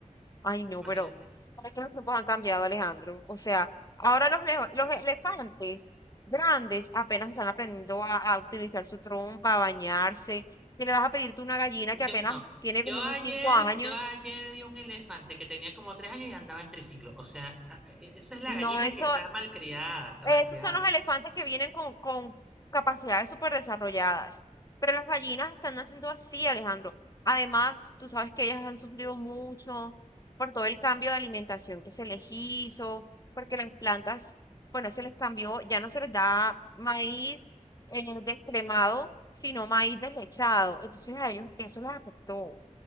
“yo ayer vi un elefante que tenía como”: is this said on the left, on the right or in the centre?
Centre